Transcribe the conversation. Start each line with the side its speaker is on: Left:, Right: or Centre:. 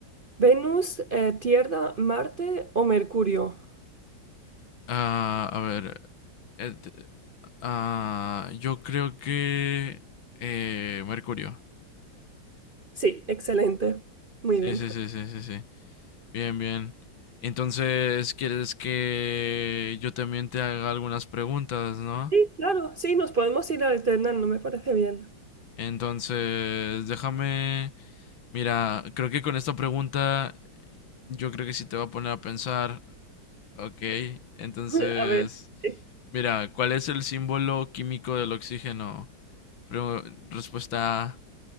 Right: ¿Venus, eh, Tierra, Marte o Mercurio?
Left: Ah, a ver, eh, te- ah, yo creo que eh, Mercurio.
Right: Sí, excelente. Muy
Left: Sí,
Right: bien.
Left: sí, sí, sí, sí, sí. Bien, bien. Entonces, ¿quieres que yo también te haga algunas preguntas, no?
Right: Sí, claro, sí, nos podemos ir alternando, me parece bien.
Left: Entonces, déjame, mira, creo que con esta pregunta yo creo que sí te va a poner a pensar, ok, entonces,
Right: <laughs> A ver, sí.
Left: mira, ¿cuál es el símbolo químico del oxígeno? Pre- respuesta A,